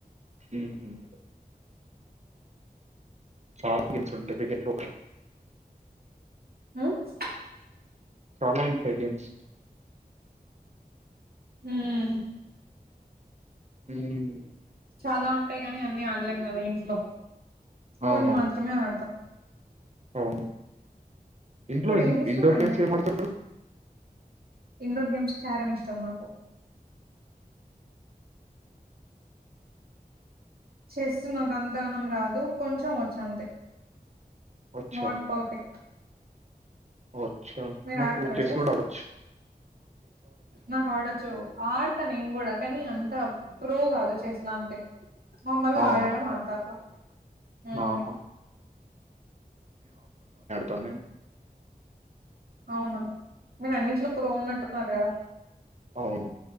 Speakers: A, on the right (about 45°); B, on the right (about 75°).
A: మ్మ్ ఉహ్మ్ <unintelligible>
B: మ్మ్
A: చాలా ఉంటాయ్ గేమ్స్
B: ఊహ్మ్
A: ఉమ్మ్మ్
B: చాలా ఉంటాయి కాని అన్ని ఆడ్లేం కదా ఇంట్లో
A: అవునవును
B: కొన్ని మాత్రమే ఆడతాం
A: అవును ఇంట్లో
B: ఇప్పుడు ఏం చేస్తున్నారు
A: ఇండోర్ గేమ్స్
B: మీరు
A: ఏం ఆడతారు
B: ఇండోర్ గేమ్స్ క్యారం ఇష్టం నాకు చెస్ నాకు అంతగానం రాదు కొంచెం వచ్చంతే
A: అచ్చా
B: నాట్ పర్ఫెక్ట్
A: అచ్చా
B: మీరు
A: నాకు
B: ఆడతారా
A: చేస్
B: చెస్
A: కూడా ఆడచ్చు
B: నాకు ఆడొచ్చు ఆడతా నేను గూడా కానీ అంత ప్రో కాదు చేస్ లంతే మామ్మలుగా
A: అవునా
B: ఆడడం అంత అట్లా ఉమ్
A: ఆహా తనేన్
B: అవునా మీరు అన్నిట్లో ప్రో ఉన్నట్టు ఉన్నారు కదా
A: అవును